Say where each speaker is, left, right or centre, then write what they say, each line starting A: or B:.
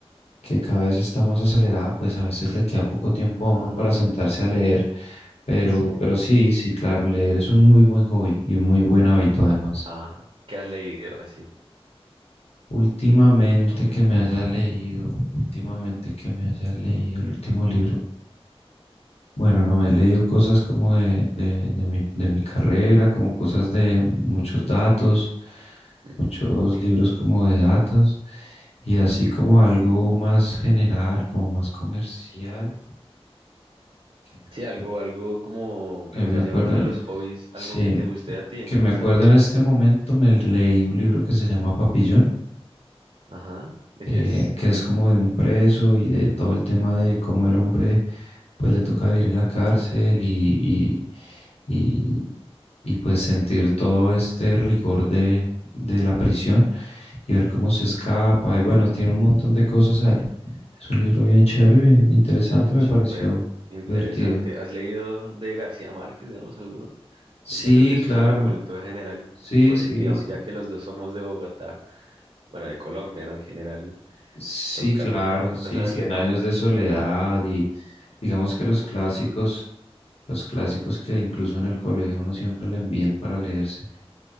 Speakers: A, on the left; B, on the right.
A: que cada vez está más acelerada, pues a veces le queda poco tiempo
B: Ajá.
A: a uno para sentarse a leer, pero,
B: Sí.
A: pero sí, sí, claro, leer es un muy buen hobby y un muy buen hábito además.
B: Ajá. ¿Qué has leído así?
A: Últimamente que me haya leído, últimamente que me haya leído el último libro. Bueno, no, he leído cosas como de, de, de mi, de mi carrera, como cosas de muchos datos,
B: Ujú.
A: muchos libros como de datos, y así como algo más general, como más comercial, que me
B: Sí,
A: acuerdo,
B: algo, algo como,
A: que
B: pues
A: me
B: ya
A: acuerdo,
B: llevándolo a los hobbies,
A: sí,
B: algo que te guste a ti,
A: que
B: ¿no?
A: me
B: O
A: acuerdo
B: sea, pues,
A: en este momento, me leí un libro que se llama Papillón.
B: ajá, ¿de
A: eh,
B: qué es?
A: que es como de un preso y de todo el tema de cómo el hombre pues le toca vivir en la cárcel y, y, y, y, pues sentir todo este rigor de, de la prisión y ver cómo se escapa
B: Ujú.
A: y bueno, tiene un montón de cosas ahí. Es un libro bien chévere, bien interesante, me
B: Súper
A: pareció
B: interesante.
A: divertido.
B: ¿Has leído de García Márquez, digamos, alguno?
A: Sí,
B: Yo creo que eso
A: claro,
B: es como cultura general,
A: sí,
B: pues,
A: sí,
B: digamos,
A: sí,
B: ya que los dos somos de Bogotá, bueno, de Colombia, ¿no? En general,
A: sí,
B: toca,
A: claro,
B: toca, toca
A: sí,
B: saberle.
A: Cien años de soledad y Digamos que los
B: Uf,
A: clásicos, los clásicos que incluso en el colegio uno siempre le envían para leerse.